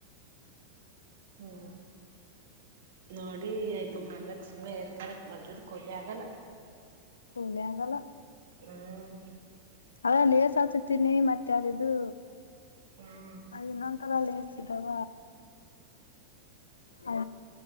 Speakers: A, on the right (about 55°); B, on the left (about 70°).
A: ಹ್ಮ ನೋಡಿ ಇದು ಮಾಡ್ಬೇಕಕ್ ಸುಮ್ಮನೆ ಇರ್ತಾರೆ ಹೊಲ್ಡ್ ಕೊಲಿ ಆಗಲ್ಲ
B: ಕುಲಿಯಾಗಲ್ಲ
A: ಹ್ಮ್
B: ಅದೇ ಲೇಸ್ ಹಾಕುತೀನಿ ಮತ್ತೆ ಅದು ಇದು
A: ಹ್ಮ್
B: ಇನ್ನೊಂತರ ಲೇಸ್ ಇದ್ದವ ಹ